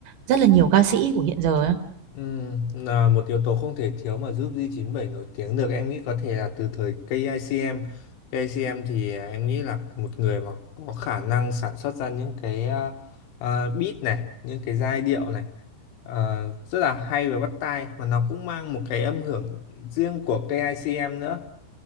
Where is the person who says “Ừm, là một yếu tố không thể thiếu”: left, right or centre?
Left